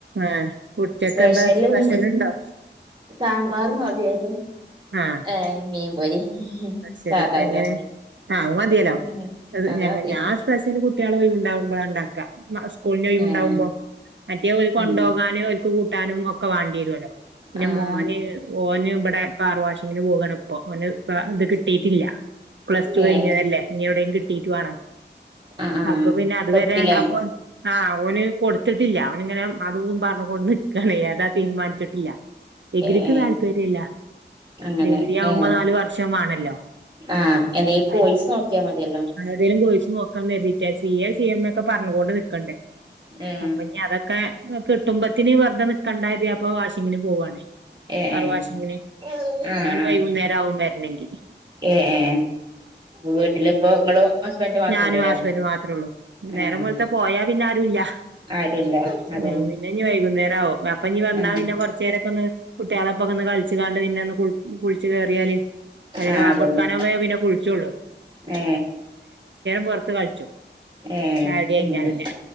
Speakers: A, on the right; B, on the right.
A: ആ ഉച്ചക്കെന്താ
B: സ്പെഷ്യല്
A: സ്പഷല്ണ്ടോ
B: ഇന്ന് സാമ്പാറും അവിയലും
A: ആ
B: ഏ മീൻപൊരി
A: അത് ശരി
B: സാദാ
A: എങ്ങനെ
B: ചോറ്
A: അത് മതിയല്ലോ
B: ഉം
A: അത്
B: അതാ
A: ഞങ്ങ
B: മതി
A: ഞാൻ സ്പെഷല് കുട്ടിളെ ഒഴിവ്ണ്ടാവുമ്പളാ ൻ ണ്ടാക്ക സ്കൂൾന് ഒഴിവ്ണ്ടാവുമ്പൊ
B: ഏഹ്
A: മറ്റേ ഒരു കൊണ്ടോകാനു
B: അങ്ങനെ
A: ഓൽക്ക് കൂട്ടാനും ഒക്കെവാണ്ടിരൊല്ലോ പിന്നെ
B: ആഹ്
A: മോന് ഓന് ഇവിടെ കാർ വാഷിങ്ങിന് പോകണപ്പോ ഓന് ക കിട്ടിട്ടില്ല പ്ലസ്ടു കഴിഞ്ഞതല്ലേ
B: ഏഹ്
A: ഇനി എവിടെ കി ട്ടിട്ട് വേണം
B: ആഹ് ആഹ്
A: അപ്പൊ പിന്നെ അതുവരെ
B: കൊടുത്തില്ലേ
A: അപ്പൊ ആ ഓന് കൊടുത്തിട്ടില്ല ഓനിങ്ങനെ അതുഇതും പറഞ്ഞുകൊണ്ട് നിക്കാണ് ഏതാ തീരുമാനിച്ചിട്ടില്ല. ഡിഗ്രിക്ക്
B: ഏഹ് ഏഹ്
A: താല്പര്യല്ല.
B: അങ്ങനെ
A: ഡിഗ്രി ആവുമ്പോ
B: ഏഹ്
A: നാല് വർഷം വാണ ല്ലൊ
B: ആഹ് എന്തേലും കോഴ്സ്
A: അയി
B: നോക്കിയാ മതിയല്ലോ
A: അങ്ങനെതേലും കോഴ്സ് നോക്കന്ന അര്തിട്ട സി എ സി എം ഒക്കെ പറഞ്ഞുകോണ്ട് നിക്കണ്ടേ
B: ഉം
A: അപ്പൊ ഇഞ്ഞി അത ഒക്കെ കിട്ടുമ്പത്തിന് വെറുതെ നിക്കണ്ടാരുതി അപ്പ വാഷിങ്ങിന് പോവാണ്.
B: ഏ
A: കാർ
B: ഏ
A: വാഷിംങ്ങിന്
B: ആഹ് ആഹ്
A: ഞ്ഞോന് വൈകുന്നേരാവും വരുനെങ്കി.
B: ഏ ഏ വീട്ടിലിപ്പോ ഇങ്ങളും ഹസ്ബൻഡ് മാത്രേ
A: ഞാനും
B: ഉള്ളൂല്ലേ
A: ഹസ്ബൻഡ് മാത്രേഒള്ളൂ നേരെംവെളുത്ത
B: ആഹ്
A: പോയാപിന്നെ ആരുല്ല.
B: ആരുല്ല അതന്നെ
A: ഉം പിന്നെ ഇഞ് വൈകുന്നേരംആവും അപ്പൊ ഇഞ് വന്നാപിന്നെ
B: ആഹ്
A: കൊറചേരക്കൊന്ന് കുട്ടിളെപൊക്കൊന്ന് കളിച്ച്കാണ്ട് പിന്നെഒന്ന് കുള് കുളിച്ച് കേറിയാല് അയിന്
B: ആഹ്
A: ബാങ്ക്
B: അതന്നെ
A: കൊടുക്കാനാവുമ്പയെ പിന്നെ കുളിച്ചോള്ളു
B: ഏ
A: പൊർത്ത് കളിച്ചും
B: ഏ
A: ചായുടി കഴിഞ്ഞാ
B: ങ്ങനെ
A: പിന്നെ